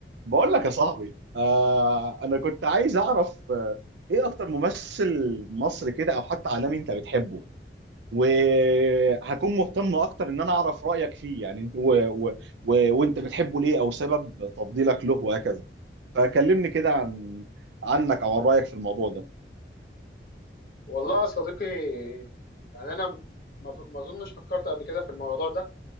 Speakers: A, on the right; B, on the left.
A: بقول لك يا صاحبي آه انا كنت عايز اعرف آه ايه اكتر ممثل مصري كده او حتى عالمي انت بتحبه وهكون مهتم اكتر ان انا اعرف رايك فيه يعني و... و... و... وانت بتحبه ليه او سبب تفضيلك له وهكذا فكلمني كده
B: مم.
A: عن عنك او عن رايك في الموضوع ده
B: والله يا صديقي يعني انا ما ما اظنش فكرت قبل كده في الموضوع ده